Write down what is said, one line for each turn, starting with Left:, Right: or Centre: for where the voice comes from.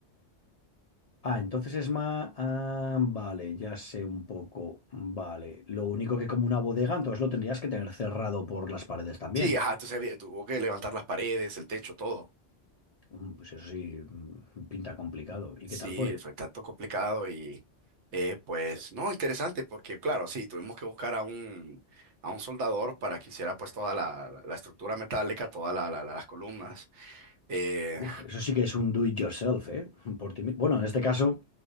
Left: Ah, entonces es más... Ah, vale, ya sé un poco. Vale. Lo único que como una bodega, entonces lo tendrías que tener cerrado por las paredes también.
Right: Sí, ajá, entonces había- tuvo que levantar las paredes, el techo, todo.
Left: Mm, Pues eso sí, mm, pinta complicado. ¿Y
Right: Sí,
Left: qué tal fue?
Right: fue tanto complicado y eh, pues no, interesante porque claro, sí, tuvimos que buscar a un, a un soldador para que hiciera pues toda la, la- la estructura metálica, todas la- la- las columnas. Eh,
Left: Uf, eso sí que es un do it yourself, ¿eh? Por ti mi- Bueno, en este caso,